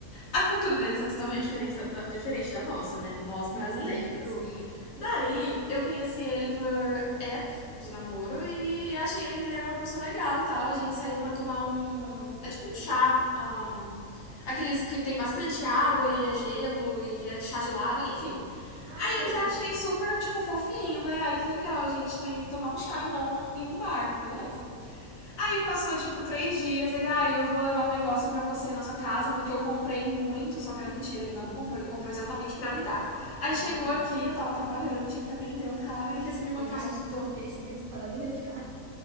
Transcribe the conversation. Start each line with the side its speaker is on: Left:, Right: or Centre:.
Left: A cultura deles é totalmente diferença da- diferente da nossa, né? Nós brasileiras.
Right: muito.
Left: Daí, eu conheci ele por app de namoro e achei que ele era uma pessoa legal e tal. A gente saiu pra tomar um... É tipo um chá. ah, aqueles que tem bastante água e é gelo e é chá gelado, enfim.
Right: Ah,
Left: Aí
Right: sei,
Left: eu já
Right: sei.
Left: achei super, tipo, fofinho. Eu Falei, ai, que legal, a gente tá indo tomar um chá e não em um bar, beleza? Aí passou, tipo, três dias. Ele, ah, eu vou levar um negócio pra você na sua casa, porque eu comprei muito. Só que era mentira,
Right: Eita,
Left: ele não comprou. Ele comprou exatamente pra me dar. Aí
Right: caramba.
Left: chegou aqui, eu tava trabalhando, tive que atender o cara e recebi uma
Right: Eu
Left: caixa
Right: imagino
Left: de
Right: o
Left: donuts.
Right: desfecho da história <laughs> já.